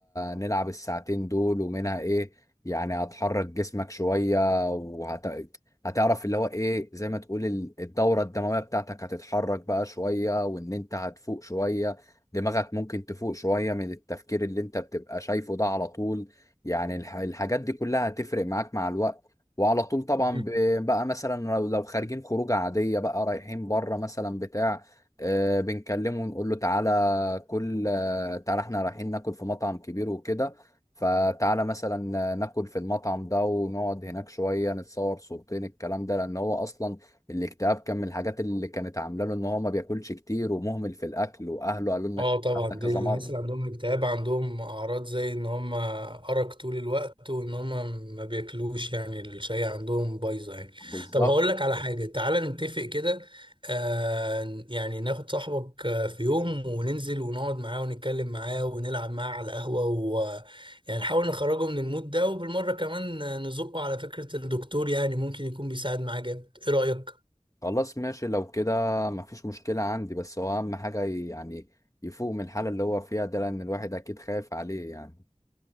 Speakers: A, on the left (about 25°); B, on the right (about 45°).
A: نلعب الساعتين دول ومنها ايه يعني هتحرك جسمك شوية وهت هتعرف اللي هو ايه زي ما تقول ال- الدورة الدموية بتاعتك هتتحرك بقى شوية وان انت هتفوق شوية دماغك ممكن تفوق شوية من التفكير اللي انت بتبقى شايفه ده على طول يعني الح- الحاجات دي كلها هتفرق معاك مع الوقت وعلى طول طبعا
B: حاجه
A: ب- بقى مثلا لو لو خارجين خروجه عاديه بقى رايحين بره مثلا بتاع آه، بنكلمه ونقول له تعالى كل آه، تعالى احنا رايحين ناكل في مطعم كبير وكده فتعالى مثلا آه، ناكل في المطعم ده ونقعد هناك شويه نتصور صورتين الكلام ده لان هو اصلا الاكتئاب كان من الحاجات اللي كانت عامله له ان هو ما بياكلش كتير ومهمل في الاكل واهله قالوا لنا
B: اه
A: الكلام
B: طبعا
A: ده كذا
B: دي الناس
A: مره
B: اللي عندهم اكتئاب عندهم اعراض زي ان هم ارق طول الوقت وان هم ما بياكلوش يعني الشاي عندهم بايظه يعني
A: بالظبط
B: طب هقول لك على حاجه تعالى نتفق كده آه يعني ناخد صاحبك آه، في يوم وننزل ونقعد معاه ونتكلم معاه ونلعب معاه على القهوه ويعني نحاول نخرجه من المود ده وبالمره كمان آه، نزقه على فكره الدكتور يعني ممكن يكون بيساعد معاه جامد ايه رايك
A: خلاص ماشي لو كده مفيش مشكلة عندي بس هو أهم حاجة ي- يعني يفوق من الحالة اللي هو فيها ده لأن الواحد أكيد خايف عليه يعني